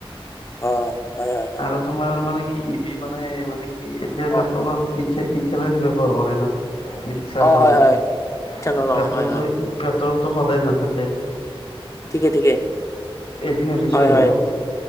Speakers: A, on the left; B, on the left.
A: অ'। হয়, হয়, হয়।
B: আৰু তোমাৰ মানে ই ভি মানে-মানে এতিয়া
A: অ',
B: পেট্ৰলত <unintelligible> <unintelligible> ব্যৱহাৰ কৰে ন। মিক্সাৰ
A: অ',
B: কৰি
A: হয়, হয়,
B: দিয়ে,
A: ইথানল অ',
B: পেট্ৰলটো
A: হয়, হয়,
B: পেট্ৰল <unintelligible> সদাই নাথাকে।
A: ঠিকে, ঠিকে।
B: এদিন হ'লে
A: হয়।
B: শেষ হ'ব